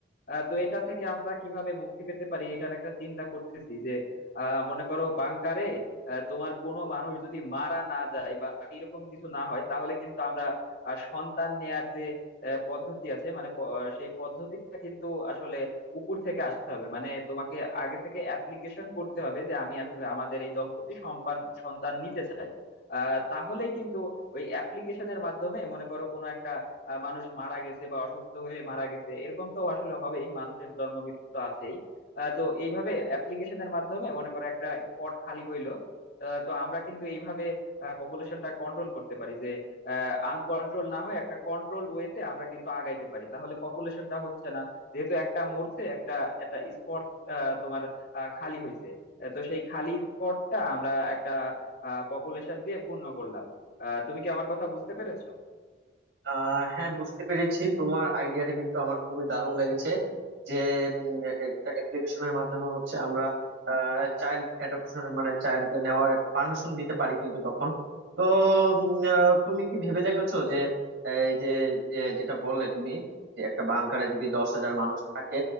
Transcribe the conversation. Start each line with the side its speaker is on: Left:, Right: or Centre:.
Left: আহ, তো এটা থেকে আমরা কিভাবে মুক্তি পেতে পারি এটার একটা চিন্তা করতেছি যে আহ মনে করো বাংকারে আহ, তোমার কোনো মানুষ যদি মারা না যায় বা এরকম কিছু না হয় তাহলে কিন্তু আমরা আহ, সন্তান নেয়ার যে আহ, পদ্ধতি আছে মানে প- আহ, সেই পদ্ধতিটা কিন্তু আসলে উপর থেকে আসতে হবে মানে তোমাকে আগে থেকে অ্যাপ্লিকেশন করতে হবে যে আমি আসলে আমাদের এই দম্পতি সম্পান সন্তান নিতে চাই আহ তাহলেই কিন্তু ওই অ্যাপ্লিকেশনের মাধ্যমে মনে করো কোনো একটা আহ, মানুষ মারা গেছে বা অসুস্থ হয়ে মারা গেছে এরকম তো আসলে হবেই মানুষের জন্ম মৃত্যু তো আছেই আহ, তো এইভাবে অ্যাপ্লিকেশনের মাধ্যমে মনে করো একটা স্পট খালি হইলো আহ, তো আমরা কিন্তু এইভাবে পপুলেশনটা কন্ট্রোল করতে পারি যে আনকন্ট্রোল না হয়ে একটা কন্ট্রোলড ওয়েতে আমরা কিন্তু আগাইতে পারি তাহলে পপুলেশনটা হচ্ছে না যেহেতু একটা মরছে একটা একটা স্পট তোমার আহ, খালি হয়েছে আহ, তো সেই খালি স্পটটা আমরা একটা পপুলেশন দিয়ে পূর্ণ করলাম আহ, তুমি কি আমার কথা বুঝতে পেরেছো
Right: আহ হ্যাঁ বুঝতে পেরেছি তোমার আইডিয়াটা কিন্তু আমার খুবই দারুণ লেগেছে যে উম, একটা অ্যাপ্লিকেশনের মাধ্যমে হচ্ছে আমরা চাইল্ড অ্যাডপশন মানে চাইল্ড নেওয়ার পারমিশন দিতে পারি কিন্তু তখন তো উম, আহ, তুমি কি ভেবে দেখেছো যে এই যে এ, যেটা বললে তুমি যে একটা বাংকারে যদি দশ হাজার মানুষ থাকে